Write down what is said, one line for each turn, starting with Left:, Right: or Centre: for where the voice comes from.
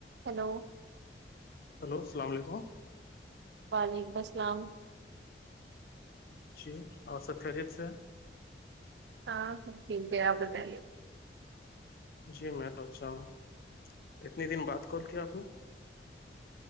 Right: ہیلو
Left: ہیلو السلام علیکم
Right: وعلیکم السلام
Left: جی اور سب خیریت سے
Right: ہاں سب ٹھیک ہے آپ کے گھر
Left: جی میں تو اچھا ہوں اتنے دن بعد کال کیا آپ نے